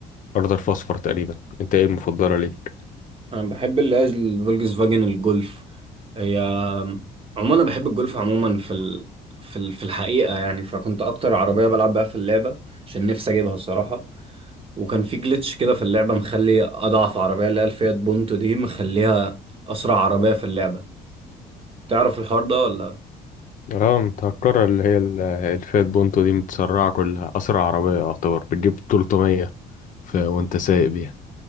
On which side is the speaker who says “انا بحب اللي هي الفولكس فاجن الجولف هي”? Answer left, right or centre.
Right